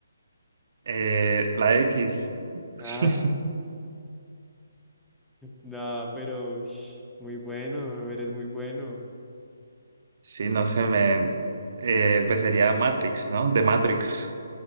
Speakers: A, on the right; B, in the centre.
A: Eh, la X.
B: <laughs>
A: <laughs>
B: No, pero ush, muy bueno, eres muy bueno.
A: Sí, no sé, me... eh, pues sería Matrix, ¿no? de Matrix.